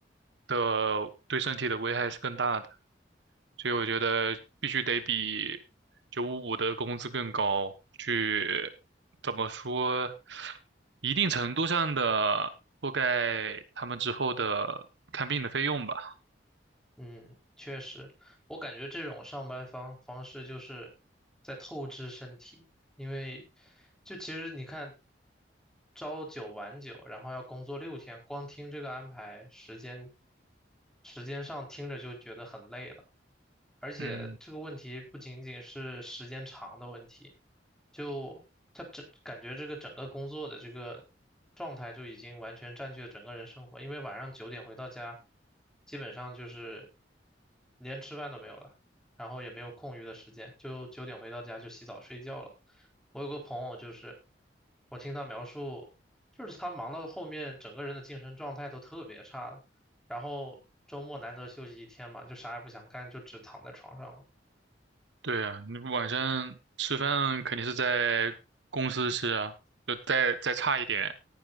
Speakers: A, on the right; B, in the centre.
A: 的对身体的危害是更大的。所以我觉得必须得比九五五的工资更高，去怎么说，一定程度上的覆盖他们之后的看病的费用吧。
B: 嗯，确实，我感觉这种上班方方式就是在透支身体，因为就其实你看，朝九晚九，然后要工作六天，光听这个安排时间，时间上听着就觉得很累了。而且这个问题不仅仅是时间长的问题，
A: 嗯，
B: 就他整感觉这个整个工作的这个状态就已经完全占据了整个人生活，因为晚上九点回到家，基本上就是连吃饭都没有了，然后也没有空余的时间，就九点回到家就洗澡睡觉了。我有个朋友就是，我听他描述，就是他忙到后面整个人的精神状态都特别差了。然后周末难得休息一天嘛，就啥也不想干，就只躺在床上了。
A: 对啊，你晚上吃饭肯定是在公司吃啊，就再再差一点，